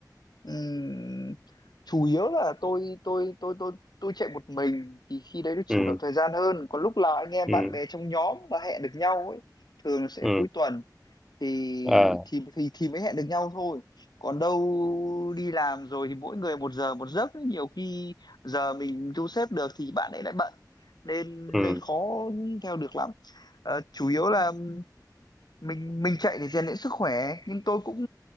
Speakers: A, on the left; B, in the centre.
A: Ừm, chủ yếu là tôi tôi tôi tôi tôi chạy một mình thì khi đấy được chủ
B: ừ
A: động thời gian hơn còn lúc là anh em
B: ừ
A: bạn bè trong nhóm mà hẹn được nhau ấy thường là sẽ
B: ừ
A: cuối tuần thì
B: à
A: thì thì thì mới hẹn được nhau thôi còn đâu đi làm rồi thì mỗi người một giờ một giấc ấy. nhiều khi giờ mình thu xếp được thì bạn ấy lại bận nên
B: ừ
A: lên khó theo được lắm Ờ, chủ yếu là mình mình chạy để rèn luyện sức khỏe nhưng tôi cũng